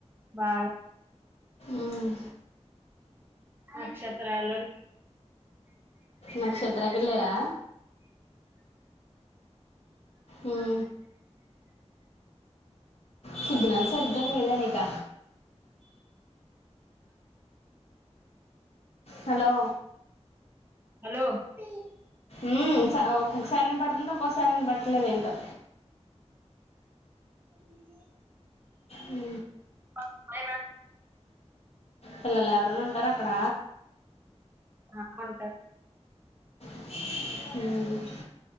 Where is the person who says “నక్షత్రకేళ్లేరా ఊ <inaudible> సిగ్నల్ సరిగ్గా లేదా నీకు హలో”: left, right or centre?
Left